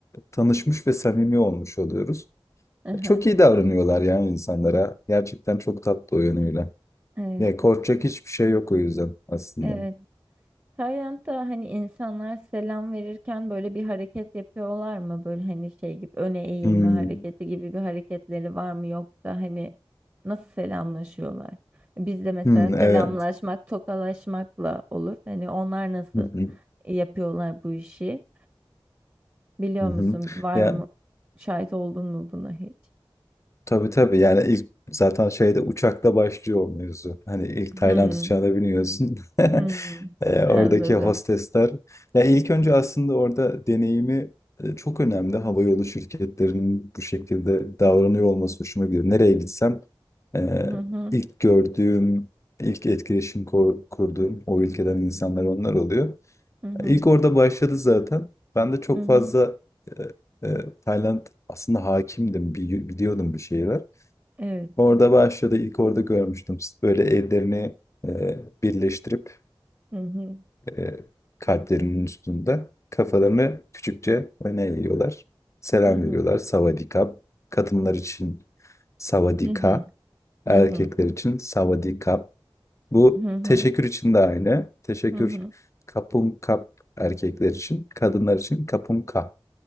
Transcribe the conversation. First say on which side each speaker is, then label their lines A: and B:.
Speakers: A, on the left; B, on the right.
A: tanışmış ve samimi olmuş oluyoruz.
B: Hı hı.
A: Çok iyi davranıyorlar yani insanlara. Gerçekten çok tatlı o yönüyle.
B: Evet.
A: Ya korkacak hiçbir şey yok o yüzden aslında.
B: Evet. Tayland'da hani insanlar selam verirken böyle bir hareket yapıyorlar mı? Böyle hani şey gibi öne eğilme
A: Hmm.
B: hareketi gibi bir hareketleri var mı yoksa hani nasıl selamlaşıyorlar? Bizde mesela
A: Hmm,
B: selamlaşmak
A: evet.
B: tokalaşmakla olur. Hani onlar nasıl
A: Hı hı,
B: yapıyorlar bu işi? Biliyor
A: hı hı.
B: musun? Var
A: Ya
B: mı? Şahit oldun mu buna hiç?
A: Tabii tabii yani ilk zaten şeyde uçakta başlıyor o mevzu. Hani ilk Tayland
B: Hmm,
A: uçağına biniyorsun. <laughs>
B: hmm,
A: E,
B: anladım.
A: oradaki hostesler. Ya ilk önce aslında orada deneyimi e, çok önemli. Havayolu şirketlerinin bu şekilde davranıyor olması hoşuma gidiyor. Nereye gitsem e,
B: Hı hı,
A: ilk gördüğüm, ilk etkileşim kur- kurduğum o ülkeden insanlar onlar oluyor.
B: hı hı,
A: İlk orada başladı zaten. Ben de çok
B: hı hı.
A: fazla e, e, Tayland aslında hakimdim, bi- biliyordum bir şeyler.
B: Evet.
A: Orada başladı. İlk orada görmüştüm. Böyle ellerini e, birleştirip
B: Hı hı,
A: e, kalplerinin üstünde kafalarını küçükçe öne eğiyorlar. Selam
B: hı hı,
A: veriyorlar. Savadikap. Kadınlar için savadika.
B: hı hı,
A: Erkekler
B: hı hı.
A: için savadikap. Bu
B: Hı hı.
A: teşekkür için de aynı. Teşekkür
B: Hı hı.
A: kapum kap erkekler için. Kadınlar için kapum kap.